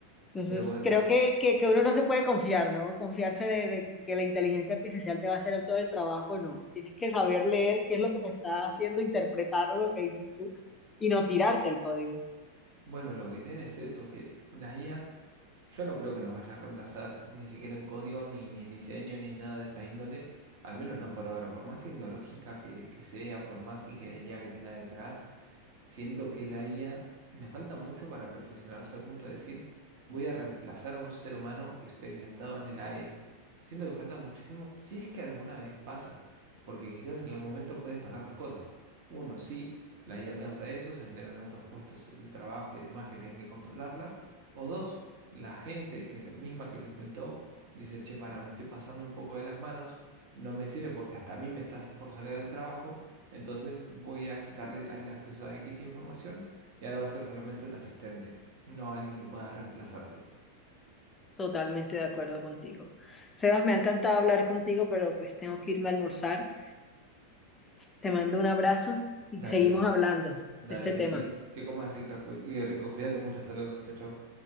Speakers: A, on the left; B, on the right.
A: Entonces,
B: Pero bueno,
A: creo que, que, que uno no se puede confiar, ¿no? Confiarse de, de que la inteligencia artificial te va a hacer todo el trabajo, no. Tienes que saber leer qué es lo que te está haciendo, interpretar lo que dices tú y no tirarte el código.
B: Bueno, lo que tiene es eso, que la IA, yo no creo que nos vaya a reemplazar ni siquiera en código, ni, ni en diseño, ni en nada de esa índole, al menos no por ahora, por más tecnológica que, que sea, por más ingeniería que tenga detrás, Siento que la IA le falta mucho para perfeccionarse al punto de decir, voy a reemplazar a un ser humano experimentado en el área. Siento que falta muchísimo, si es que alguna vez pasa, porque quizás en algún momento pueden pasar dos cosas. Uno, sí, la IA alcanza eso, se generan otros puestos de trabajo y demás que tengan que controlarla. O dos, la gente que misma que lo inventó dice, che, para, me estoy pasando un poco de las manos, no me sirve porque hasta a mí me estás por sacar el trabajo entonces voy a quitarle el acceso a X información y ahora va a ser solamente un asistente, no alguien que pueda reemplazarte.
A: Totalmente de acuerdo contigo. Sebas, me ha encantado hablar contigo, pero pues tengo que irme a almorzar. Te mando un abrazo y
B: Dale,
A: seguimos hablando
B: dale,
A: de este
B: Vicky,
A: tema.
B: que comas rica, cu- eh, rico, cuídate mucho, hasta luego, chao, chao.